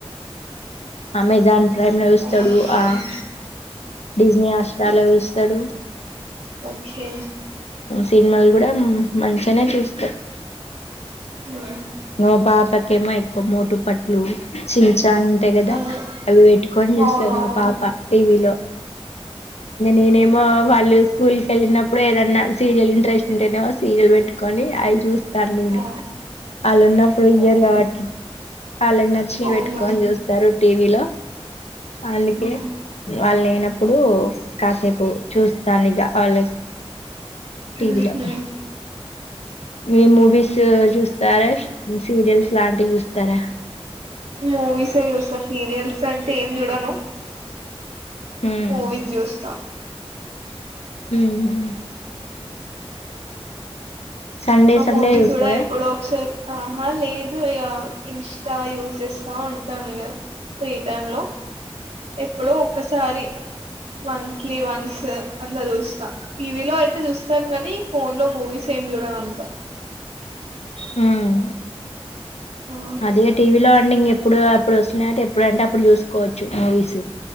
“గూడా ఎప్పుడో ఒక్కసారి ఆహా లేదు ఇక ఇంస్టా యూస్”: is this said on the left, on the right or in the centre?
Right